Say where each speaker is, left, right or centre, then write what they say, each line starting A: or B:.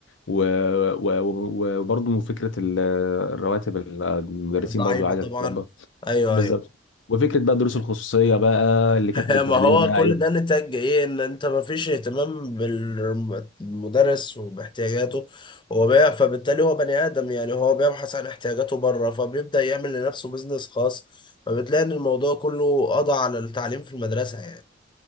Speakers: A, on the left; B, on the left.
A: و- و- و- وبرضو فكره ال- الرواتب ال- المدرسين
B: ضعيفة
A: برضو عايزه
B: طبعا
A: تتظبط
B: أيوه
A: بالظبط
B: أيوه
A: وفكره بقى الدروس الخصوصيه بقى اللي
B: <laughs>
A: كانت بتبهدلنا
B: ما هو كل
A: ايوه
B: ده نتاج ايه ان انت ما فيش اهتمام بالمدرس وباحتياجاته هو بي... فبالتالي هو بني ادم يعني هو بيبحث عن احتياجاته بره فبيبدأ يعمل لنفسه بيزنس خاص فبتلاقي ان الموضوع كله قضى على التعليم في المدرسة يعني